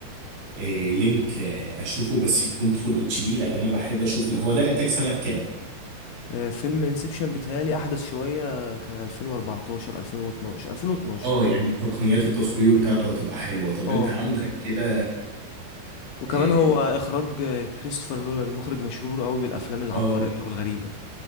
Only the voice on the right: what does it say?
آه، لينك آه، اشوفه بس يكون فول اتش دي لان انا بحب اشوف ال- هو ده انتاج سنة كام
اه يعني تقنيات التصوير بتاعته هتبقى حلوة طب
انت عندك كده
اه
آه.